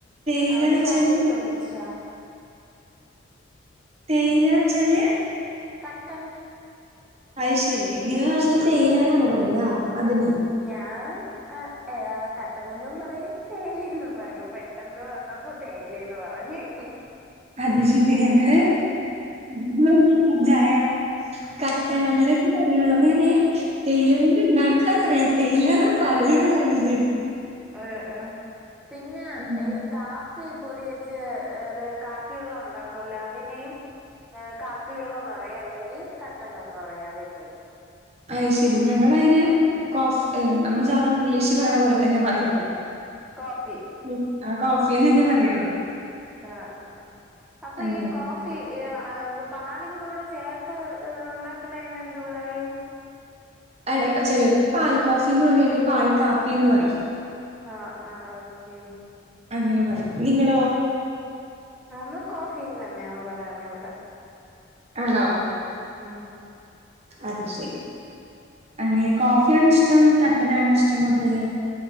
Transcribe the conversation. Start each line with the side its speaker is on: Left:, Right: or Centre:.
Right: തേയില
Centre: അവിടെ
Right: വെച്ചാല്
Centre: ചായയൊക്കെ കുടിച്ചാ?
Right: തേയിലാ ച്ചാല്?
Centre: കട്ടൻ
Right: അയ്ശെരി, നിങ്ങള നാട്ടില് തേയിലാന്നാണോ പറയാ അതിന്
Centre: ഞാൻ അ ഏഹ് കട്ടനെന്നും പറയും തേയിലെന്നും പറയും. പെട്ടെന്ന് വന്നു. പ്പ തേയിലേന്ന് പറഞ് <unintelligible>
Right: അത് ഷിബി. ഞങ്ങള് <unintelligible> ചായ കട്ടനങ്ങനെ
Centre: ആ
Right: <unintelligible> പറയുള്ളൂ അപ്പ ങ്ങനെ തേയില കൊണ്ട് ണ്ടാക്കാന്നറിയാ തേയിലാണ് പറയാന്ന്റിയില്ലേരുന്നു
Centre: അഹ് ഏഹ് പിന്ന
Right: ഉം
Centre: എയ് കാപ്പി പൊടി വെച്ച് ത് കാപ്പി വെള്ളോണ്ടാക്കോല്ലാ അതിനേയും ആഹ് കാപ്പിവെള്ളംന്ന് പറയ അല്ലെങ്കി കട്ടനെന്ന് പറയാ അതിനേം
Right: അയ്ശെരി ഞങ്ങളയിന് കോഫ്സ്പെയിൻ നമ്മള് സാധാ ഇംഗ്ലീഷിൽ പറയണ പോലെ തന്നെ പറയുള്ളൂ
Centre: കോഫി
Right: ഉം ആഹ് കോഫ്സീന്നല്ലെ പറയൊള്ളൂ
Centre: ആഹ് ആഹ് അപ്പൊ
Right: അങ്ങനെ.
Centre: ഈ കോഫ് ഫി ഏ അഹ് പാലും കൂടെ ചേർത്ത് ഉണ്ടാക്കണേന് എന്ത് പറയും
Right: അട ചേലോൽ പാൽ കോഫിന്ന് പറയും അല്ലെങ്കിൽ പാൽ കാപ്പിന്ന് പറയും
Centre: ആഹ് ആഹ് ഓക്കേ
Right: അങ്ങനെ പറയും നിങ്ങളോ
Centre: നമ്മള് കോഫീന്നെന്നേണ് പറയണ ഇവടെ
Right: ആണോ
Centre: ആഹ്
Right: അത് ശരി അങ്ങ് കോഫിയാണ് ഇഷ്ടം കട്ടനാണോ ഇഷ്ടം കൂടുതല്